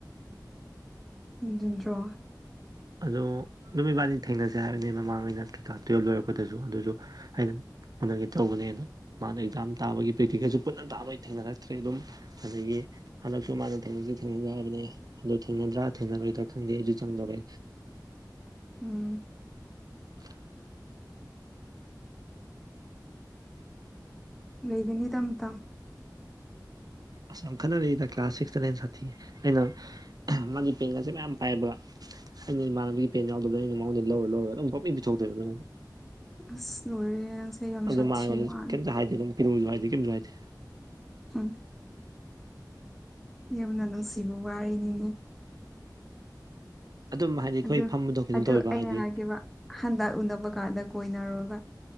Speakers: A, in the centre; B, on the right (about 60°).
A: ꯖꯠꯇ꯭ꯔꯣ
B: ꯑꯗꯣ ꯅꯨꯃꯤꯠꯕꯥꯅꯤ ꯊꯦꯡꯅꯁꯦ ꯍꯥꯏꯕꯅꯦ ꯃꯃꯥꯡꯉꯩꯅ ꯀ ꯀꯂꯥꯁ ꯇꯨꯌꯦꯜꯕ ꯂꯣꯏꯔꯛꯄꯗꯁꯨ ꯑꯗꯨꯁꯨ ꯑꯩꯅ ꯍꯣꯅꯒꯦ ꯇꯧꯕꯅꯦ ꯑꯗꯣ ꯃꯥꯅ ꯑꯦꯛꯖꯥꯝ ꯇꯥꯕꯒꯤ ꯄ꯭ꯔꯦꯛꯇꯤꯀꯦꯜꯁꯨ ꯄꯨꯟꯅ ꯇꯥꯕꯩ ꯊꯦꯡꯅꯔꯛꯇ꯭ꯔꯦ ꯑꯗꯨꯝ ꯑꯗꯨꯗꯒꯤ ꯍꯟꯗꯛꯁꯨ ꯃꯥꯅ ꯊꯦꯡꯅꯁꯤ ꯊꯦꯡꯅꯁꯤ ꯍꯥꯏꯕꯅꯦ ꯑꯗꯨꯗꯣ ꯊꯦꯡꯅꯗ꯭ꯔꯥ ꯊꯦꯡꯅꯔꯣꯏꯗ꯭ꯔꯥ ꯈꯪꯗꯦ ꯑꯩꯁꯨ ꯆꯪꯗꯧꯔꯦ
A: ꯎꯝ
B: <unintelligible>
A: ꯂꯩꯒꯅꯤ ꯃꯥꯇꯝ
B: ꯑꯁ ꯌꯥꯝ ꯈꯠꯟꯅꯔꯛꯏꯗ ꯀ꯭ꯂꯥꯁ ꯁꯤꯛꯁꯇ ꯅꯥꯏꯟ ꯁꯥꯊꯤꯌꯦ ꯑꯩꯅ ꯃꯥꯒꯤ ꯄꯦꯡꯒꯁꯦ ꯃꯌꯥꯝ ꯄꯥꯏꯕ꯭ꯔ ꯑꯩꯅ ꯏꯃꯥꯟꯕꯤꯒꯤ ꯄꯦꯟ ꯌꯥꯎꯗꯕꯅ ꯑꯩꯅ ꯃꯃꯉꯣꯟꯗ ꯂꯧꯔ ꯂꯧꯔ ꯑꯗꯨꯝ ꯄꯞꯄꯤ ꯄꯤꯊꯣꯛ ꯇꯣꯏꯅꯦ
A: ꯑꯁ ꯂꯣꯏꯔꯦ ꯌꯥꯝ
B: ꯑꯗꯨ
A: ꯁꯥꯊꯤ
B: ꯃ ꯃꯥꯉꯣꯟꯗ
A: ꯃꯥꯜꯂꯦ
B: ꯀꯝꯇ ꯍꯥꯏꯗꯤꯦ ꯑꯗꯨꯝ ꯄꯤꯔꯛꯨꯁꯨ ꯍꯥꯏꯗꯤꯦ ꯀꯩꯝꯁꯨ ꯍꯥꯏꯗꯦ
A: ꯎꯝ ꯌꯥꯝꯅ ꯅꯨꯡꯁꯤꯕ ꯋꯥꯔꯤꯅꯤꯅꯦ
B: ꯑꯗꯨꯝ ꯍꯥꯏꯗꯤ ꯑꯩꯈꯣꯏ
A: ꯑꯗꯨ
B: ꯐꯝꯕꯗꯣ ꯀꯩꯅꯣ
A: ꯑꯗꯨ
B: ꯇꯧꯋꯦꯕ
A: ꯑꯩꯅ
B: ꯍꯥꯏꯗꯤ
A: ꯍꯥꯏꯈꯤꯕ ꯍꯟꯗꯛ ꯎꯅꯕ ꯀꯥꯟꯗ ꯀꯣꯏꯅꯔꯣ